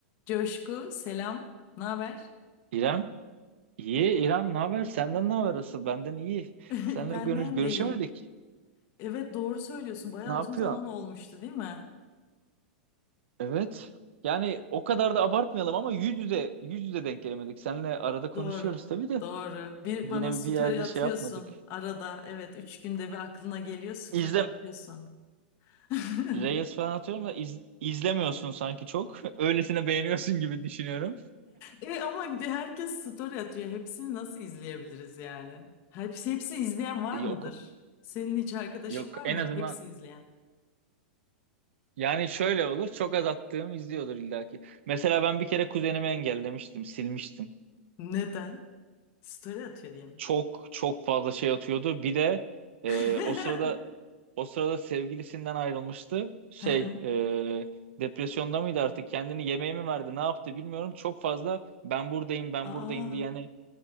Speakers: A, on the left (about 40°); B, on the right (about 70°).
A: Coşku, selam. Ne haber?
B: İrem, iyi İrem ne haber? Senden ne haber asıl? Benden iyi.
A: <laughs>
B: Seninle
A: Benden
B: görüş görüşemedik.
A: de iyi. Evet doğru söylüyorsun. Bayağı
B: Ne yapıyorsun?
A: uzun zaman olmuştu değil mi?
B: Evet. Yani o kadar da abartmayalım ama yüz yüze yüz yüze denk gelemedik. Seninle arada konuşuyoruz
A: Doğru.
B: tabii de
A: Doğru. Bir
B: yine
A: bana story
B: bir yerde
A: atıyorsun
B: şey yapmadık.
A: arada. Evet üç günde bir aklına geliyor story
B: İzlem
A: atıyorsun. <laughs>
B: Reels falan atıyorum da iz- izlemiyorsun sanki çok. <laughs> Öylesine beğeniyorsun gibi düşünüyorum.
A: E ama herkes story atıyor. Hepsini nasıl izleyebiliriz yani? Hepsi, hepsini izleyen var
B: Yok
A: mıdır? Senin hiç arkadaşın
B: yok
A: var
B: en
A: mı?
B: azından
A: Hepsini izleyen.
B: yani şöyle olur çok az attığım izliyordur illaki. Mesela ben bir kere kuzenimi engellemiştim, silmiştim.
A: Neden? Story atıyor diye mi?
B: çok çok fazla şey atıyordu. Bir de e,
A: <laughs>
B: o sırada o sırada sevgilisinden ayrılmıştı. Şey
A: Hı hı.
B: e, depresyonda mıydı artık kendini yemeğe mi verdi ne yaptı bilmiyorum. Çok fazla ben buradayım ben
A: Aa.
B: buradayım diye yani